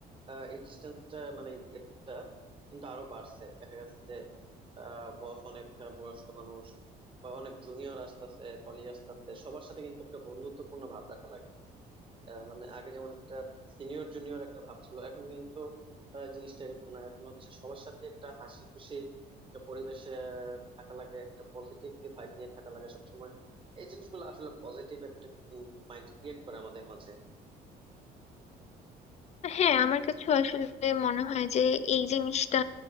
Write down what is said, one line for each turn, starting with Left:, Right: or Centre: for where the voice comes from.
Right: আহ, এই ডিস্টেন্সটা মানে এই গ্যাপটা কিন্তু আরো বাড়ছে দেখা যাচ্ছে যে বস অনেক বয়স্ক মানুষ বা অনেক জুনিয়র আসতেছে কলিগ আসতেছে সবার সাথে কিন্তু একটা বন্ধুত্বপূর্ণ ভাব রাখা লাগে আহ, মানে আগে যেমন একটা সিনিয়র জুনিয়র একটা ভাব ছিল এখন কিন্তু আহ, জিনিসটা এরকম না এখন হচ্ছে সবার সাথে একটা হাসি খুশি একটা পরিবেশে থাকা লাগে একটা পজিটিভলি ভাইব নিয়ে থাকা লাগে সবসময় এই জিনিসগুলো আসলে পজিটিভ একটা মাইন্ড ক্রিয়েট করে আমাদের মাঝে
Left: হ্যাঁ আমার কাছে আসলে মনে হয় যে এই জিনিসটা